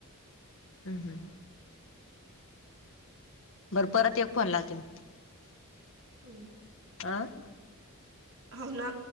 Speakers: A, on the left (about 60°); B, on the right (about 65°).
A: हम्म हम् बरं परत एक फोन लावते
B: ह्
A: आं
B: हो ना